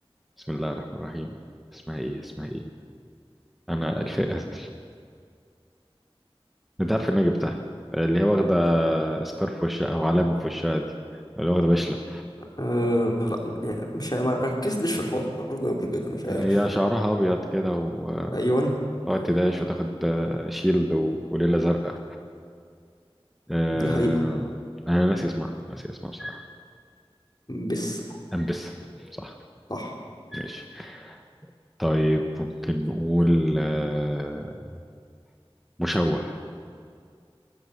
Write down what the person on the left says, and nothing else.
أه لا يعني مش ما ركزتش في الحوار ده قبل كده مش عارف
ايوه
دي حقيقة
بس
صح